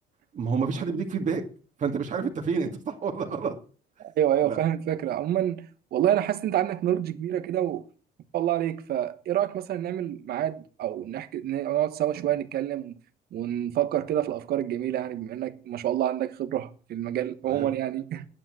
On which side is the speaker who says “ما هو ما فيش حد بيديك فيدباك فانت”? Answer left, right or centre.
Right